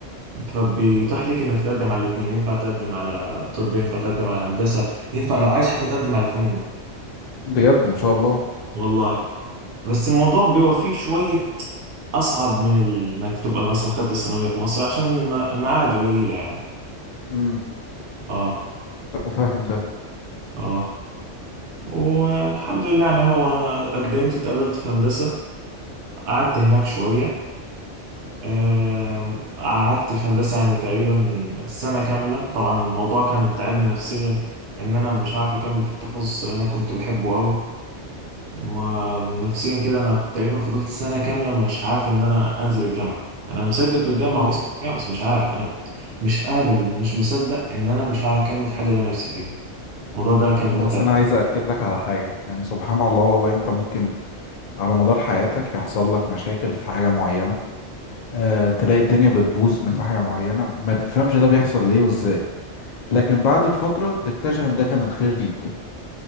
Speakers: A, on the right (about 75°); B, on the left (about 55°).
A: فبيتاح ليك انك تقدم على الاثنين ينفع تقدم على طب ينفع تقدم على هندسة ينفع لو عايز حتى تقدم على فنون
B: بجد ما شاء الله
A: والله بس الموضوع بيبقى فيه شوية اصعب من ال- انك تبقى مثلا خدت الثانوية في مصر عشان الم- المقاعد قليلة يعني
B: امم
A: اه
B: فاهم ده
A: اه والحمد لله يعني هو انا قدمت اتقبلت في هندسة قعدت هناك شوية آه، قعدت في هندسة يعني تقريبا سنة كاملة طبعا الموضوع كان تعبني نفسيا ان انا مش عارف اكمل في التخصص اللي انا كنت بحبه قوي ما نفسيا كده انا تقريبا فضلت سنه كامله مش عارف ان انا انزل الجامعه انا مسجل في الجامعه
B: مم.
A: واسمي في الجامعه بس مش عارف انا مش قابل مش مصدق ان انا مش هكمل في الحاجه اللي انا نفسي فيها الموضوع ده كان
B: بس
A: متعب
B: انا عايز اكد لك على حاجه يعني سبحان الله والله انت ممكن على مدار حياتك يحصل لك مشاكل في حاجه معينه آه تلاقي الدنيا بتبوظ من ناحيه معينه ما تفهمش ده بيحصل ليه وازاي لكن بعد فتره تكتشف ان ده كان الخير ليك